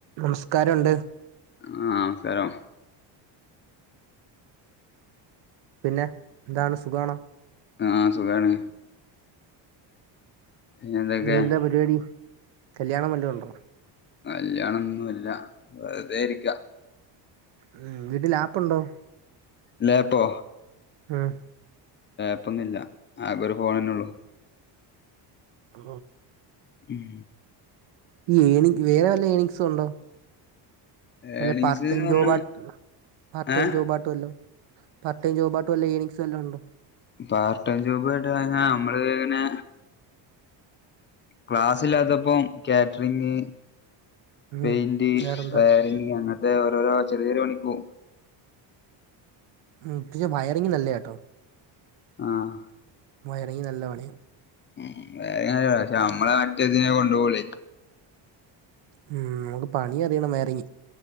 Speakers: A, on the right; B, on the left.
A: നമസ്കാരമുണ്ട്
B: ആ നമസ്കാരം
A: പിന്നെ എന്താണ് സുഖാണോ?
B: ആ സുഖാണ് പിന്നെ എന്തൊക്കെ
A: ഇനി എന്താ പരിപാടി കല്യാണംവല്ലതുണ്ടോ?
B: കല്യാണന്നുല്ല വെറുതെരിക്കാ
A: ഉ വീട്ടിൽ ആപ്പ്ണ്ടോ
B: ലേപ്പോ
A: ആഹ
B: പ്പൊന്നും ഇില്ല ആകേ ഒരു ഫോൺ ന്നെ ഉള്ളൂ
A: ആ
B: ഉം
A: ഈഏണി വേറെ വല്ല ഏണിംഗസ് ണ്ടോ വല്ല
B: ഏണിങ്സ്
A: പാർ് ടൈം
B: ന്ന് പറഞ്ഞ
A: ജോബ ആട്ട പാർ് ടൈം
B: ഏഹ്
A: ജോബ് ആയിട്ടവല്ലോം പാർട്ട ടൈംജോബായിട്ട് വല്ല ഏ നിങ്സ് വല്ലോം ഉണ്ടോ
B: പാർട്ട് ടൈം ജോബ് ആയിട്ട് കഴിഞ്ഞ നമ്മള് ഇങ്ങനെ ക്ലാസ്സിലാത്തപ്പം കാറ്ററിങ് പെയിന്റ്
A: ഉം വേറെന്താ
B: വയറിംങ്ങ് അങ്ങനത്തെ ഓരോരോ ചെറിയ ചെറിയ പണിക്കൂ
A: ഉ പെ വയറിങ്ംഗ് നല്ലത കേട്ടോ
B: ആഹ
A: വയറിങ് നല്ല പണയാണ്
B: ഉ വയറിംഗ് നല്ല പണിയാ പക്ഷെ നമ്മളെ മറ്റേതിനെ കൊണ്ടോവൊള്ളൂ
A: ഉ നമുക്ക് പണി അറിയണം വേറി ങ്ങി